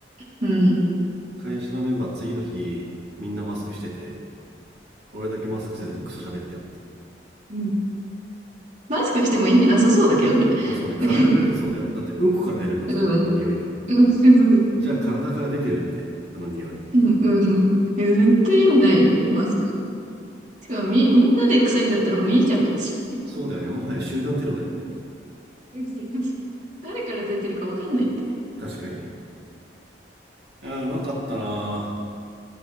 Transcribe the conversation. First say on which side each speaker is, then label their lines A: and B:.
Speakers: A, on the right (about 45°); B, on the right (about 70°).
A: うん。
B: 会社のメンバー次の日みんなマスクしてて俺だけマスクせずにクソ喋ってやった
A: うんマスクしても意味なさそうだけどね。
B: まあそうね体から出てるそうだよねだってうんこから出るんだぜあの匂いが
A: <laughs> うん。うん。
B: じゃあ体から出てるってあの匂い
A: うん。うん。絶対意味ないよ、マスク。しかもみ、みんなで臭いんだったらもういいじゃん、別
B: そうだよねもはや集団テロだよね
A: に。<laughs> 誰から出てるかわかんないって。
B: 確かにねあーうまかったなー